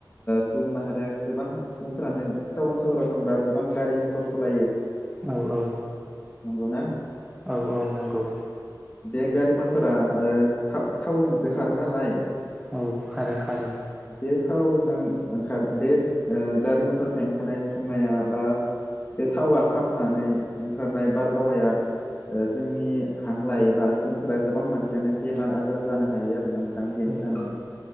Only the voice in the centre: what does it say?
औ औ
औ औ नंगौ
औ खारो खारो
औ
औ